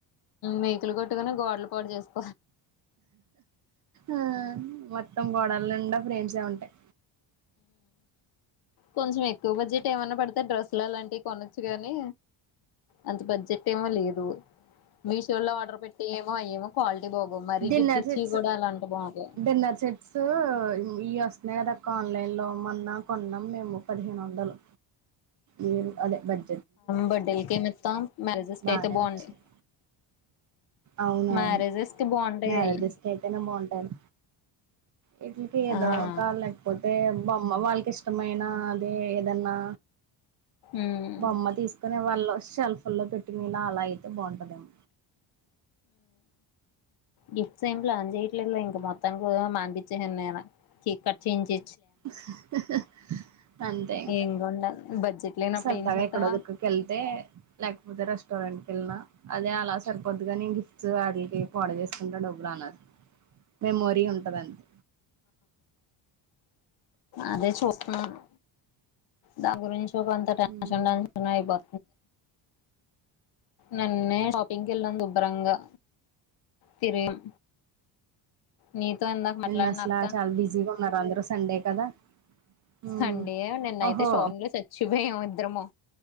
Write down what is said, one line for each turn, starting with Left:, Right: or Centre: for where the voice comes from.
Left: మేకలు కొట్టుకని గోడలు పడి చేస్తా
Right: ఆ మొత్తం గోడల నిండా ఫ్రేమ్స్ ఏ ఉంటాయి
Left: కొంచెం ఎక్కువ బడ్జెట్ ఏమనా పడితే, డ్రెస్సులు అలాంటివి కొనొచ్చు కానీ, అంత బడ్జెట్ ఏమో లేదు. మీషోలో ఆర్డర్ పెట్టియ్యోమో క్వాలిటీ బాగోవు మరీ
Right: డిన్నర్
Left: గిఫ్ట్ ఇచ్చి
Right: సెట్స్
Left: కూడా అలాంటి బాగోవు
Right: డిన్నర్ సెట్స్ ఈ వస్తు నెగదాక్క ఆన్లైన్లో మన్న కొన్నాం మేము పదిహేను వందలు ఏ అదే బడ్
Left: బర్త్డేలకు ఏమి ఇస్తాం మ్యారేజెస్ క
Right: బానే
Left: అయితే బాగుంటాయి
Right: వచ్చింది అవునవును
Left: మ్యారేజెస్ కి బాగుంటాయి
Right: మ్యారేజ్జస్ట్
Left: అయి
Right: అయితేనే బాగుంటాారు వట్కి ఏదో
Left: ఆ
Right: కాాల లేకపోతే అే బామ్మ వాళ్ళకి ఇష్టమైన ఏదన్నా
Left: ఉమ్
Right: బొమ్మ తీసుకొన వాళ్ళ షెల్ఫ్ లో పెట్టి మీళ అలా అయి అ బాగుంటుందమ్
Left: గిఫ్ట్స్ ఏం ప్లాన్ చేయట్లేదు ఇంక మొత్తానికి మానిపించేను నేను కేక్ కట్ చేయించి
Right: ఉమ్ హా హా అంతే ఇంకా
Left: ఏంగుండదు బడ్జెట్ లేనప్పుడు
Right: సరదాగా
Left: ఏం చేస్తావా
Right: ఎక్కడో దక్కకి వెళ్తే లేకపోతే రెస్టారెంట్కి వెళ్ళిన అదే అలా సరిపోద్గా నేను గిఫ్ట్స్ వాటికి ఆర్డర్ చేసుకుంటా డబ్బులు రాన్నారు మెమోరీ ఉంటదండి
Left: అదే చూస్తున్నాను దాంగరం స అంత టెన్షన్
Right: హ్మ్.
Left: టెన్షన్ అయిపో నన్నే షాపింగ్కి వెళ్ళడం దుభరంగా తిరిగినం నీతో ఎందాక
Right: నిన్న
Left: మాట్లాడి
Right: అసలా
Left: నాకు
Right: చాలా బిజీగా ఉన్నారు అందరుూ సండే కదా ఉమ్
Left: అండి నిన్నయితే
Right: ఓహో
Left: షోరూ లో చచ్చిపోయాము ఇద్దరము